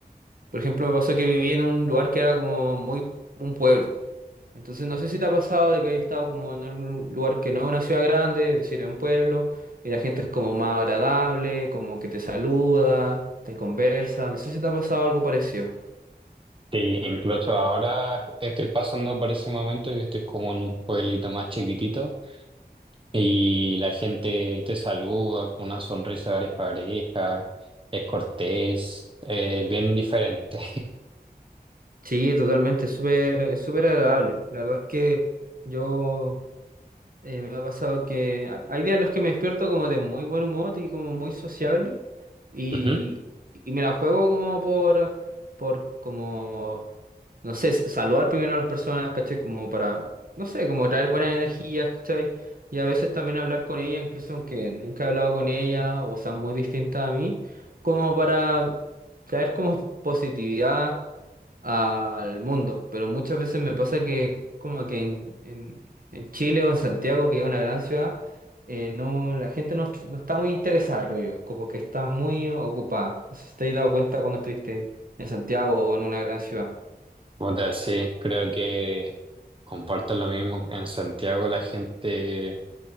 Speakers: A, on the right (about 60°); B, on the right (about 30°).
A: por ejemplo, me pasó que viví en un lugar que era como muy un pueblo. Entonces no sé si te ha pasado de que hayas estado como en algún lugar que no es una ciudad grande, es decir, es un pueblo, y la gente es como más agradable, como que te saluda, te conversa. No sé si te ha pasado algo parecido.
B: Sí, incluso ahora estoy pasando por ese momento y estoy como en un pueblito más chiquitito. Y la gente te saluda con una sonrisa de pareja, es cortés, es bien diferente.
A: Sí, totalmente, es súper, es súper agradable. La verdad es que yo Eh, me ha pasado que ha- hay días en los que me despierto como de muy buen humor y como muy sociable y,
B: <laughs> Ujú.
A: y me la juego como por, por como, no sé, s- saludar primero a las personas, ¿cachai? Como para, no sé, como traer buenas energías, ¿cachai? Y a veces también hablar con ella, incluso aunque nunca he hablado con ella o sean muy distintas a mí, como para traer como positividad al mundo. Pero muchas veces me pasa que como que en, en Chile o en Santiago, que es una gran ciudad, eh, no, la gente no, no está muy interesada, creo yo, como que está muy ocupada. No sé si te has dado cuenta cuando estuviste en, en Santiago o en una gran ciudad.
B: Puta, sí, creo que comparto lo mismo. En Santiago la gente,